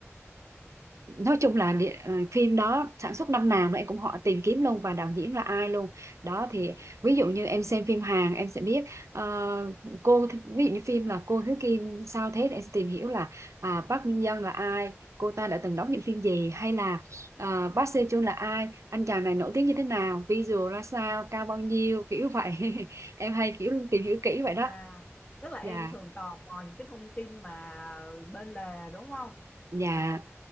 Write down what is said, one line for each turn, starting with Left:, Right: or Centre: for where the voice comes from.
Right: nói chung là địa, ờ, phim đó sản xuất năm nào mà em cũng họ tìm kiếm luôn và đạo diễn là ai luôn đó thì ví dụ như em xem phim Hàn em sẽ biết ờ, cô th- ví dụ như phim là cô Thứ Kim sao thế để em sẽ tìm hiểu là à, Park Min Young là ai cô ta đã từng đóng những phim gì hay là à, Park Seo Joon là ai anh chàng này nổi tiếng như thế nào visual ra sao cao bao nhiêu kiểu vậy <laughs> em hay kiểu tìm hiểu kỹ vậy
Left: À,
Right: đó
Left: tức là
Right: dạ
Left: em thường tò mò những cái thông tin mà bên lề đúng không?
Right: dạ
Left: Cả